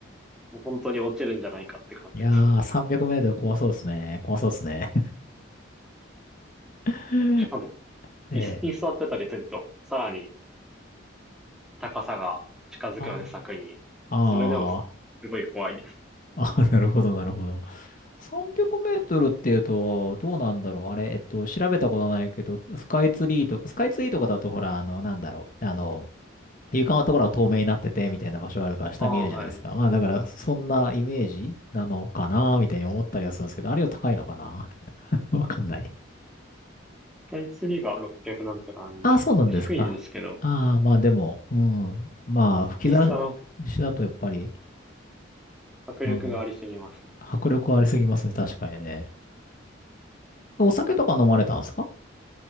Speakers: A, in the centre; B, on the left.
A: もう本当に落ちるんじゃないかって感じですね。
B: いやー、300メートル怖そうですね。怖そうですね。<laughs>
A: しかも、
B: ええ。
A: 椅子に座ってたりすると、さらに高さが近づくので柵に、
B: ああ、
A: それでもすすごい怖いです。
B: ああ、<laughs> なるほど、なるほど。300メートルっていうと、どうなんだろう。あれ、えっと、調べたことないけど、スカイツリーとか、スカイツリーとかだと、ほら、あの、なんだろう。あの、床のところが透明になってて、みたいな場所があるから、下見えるじゃないですか。
A: ああ、はい。
B: まあ、だから、そんなイメージなのかな、みたいに思ったりはするんですけど、あれは高いのかな <laughs> わかんない。
A: スカイツリーが600なんとかなんで、
B: ああ、そうなんですか。
A: 低いんですけど、
B: ああ、まあでも、うん。まあ、吹き出
A: 一皿
B: しだとやっぱり、
A: 迫力がありすぎます。
B: うん。迫力ありすぎますね、確かにね。お酒とか飲まれたんですか